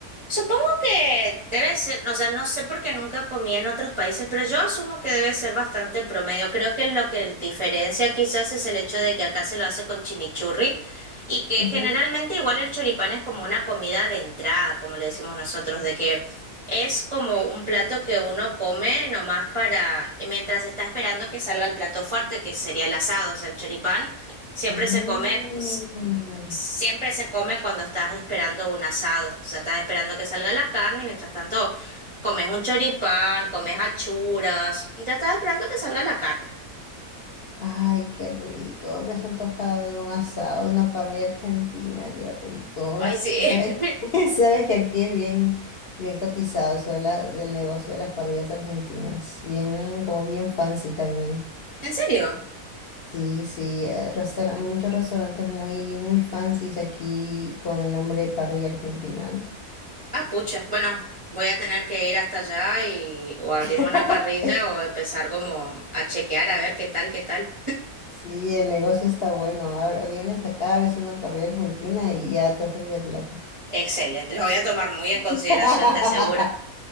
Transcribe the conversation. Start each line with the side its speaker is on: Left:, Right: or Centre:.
Right: Supongo que debe ser, o sea, no sé porque nunca comí en otros países, pero yo asumo que debe ser bastante promedio. Creo que lo que diferencia quizás es el hecho de que acá se lo hace con chimichurri y que
Left: Ujú.
Right: generalmente igual el choripán es como una comida de entrada, como le decimos nosotros, de que es como un plato que uno come nomás para, mientras está esperando que salga el plato fuerte, que sería el asado, o sea, el choripán. Siempre
Left: Mm.
Right: se come siempre se come cuando estás esperando un asado, o sea, estás esperando que salga la carne y mientras tanto comes un choripán, comes achuras, mientras estás esperando que salga la carne.
Left: Ay, qué rico. Me has antojado de un asado, una parrilla argentina, qué rico.
Right: Ay,
Left: S-
Right: sí.
Left: Sabes,
Right: <laughs>
Left: <laughs> sabes que aquí es bien, bien cotizado eso de la- del negocio de las parrillas argentinas. Bien, como bien fancy también.
Right: ¿En serio?
Left: Sí, sí, eh, restaura- muchos restaurantes muy, muy fancies aquí con el nombre de parrilla argentina, ¿no?
Right: Ah, pucha. Bueno, voy a tener que ir hasta allá y o abrirme
Left: <laughs>
Right: una parrilla o empezar como a chequear a ver qué tal, qué tal.
Left: Sí, el negocio está bueno. Ahora vienes acá, abres una parrilla argentina y ya te haces de plata.
Right: Excelente. Lo voy a tomar muy en
Left: <laughs>
Right: consideración, te aseguro.